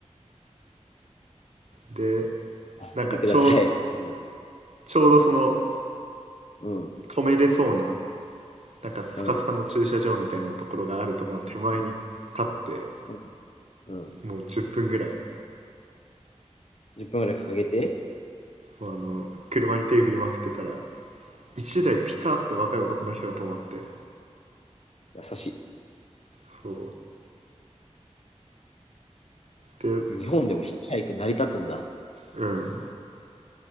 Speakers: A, on the right (about 65°); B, on the left (about 60°).
A: うで
B: 助けてください。
A: なんかちょう
B: うん。
A: ちょうどその
B: うん。
A: 止めれそうななんかスカスカの駐車場みたいなところがあるところの手前に立って
B: うん。うん。うん。
A: もう10分ぐらい
B: 10分ぐらいかけて、
A: もうあの車に手振りまくってたら1台ピタって若い男の人が止まって
B: 優し
A: そうで
B: い。日本でもヒッチハイク成り立つんだ。
A: うん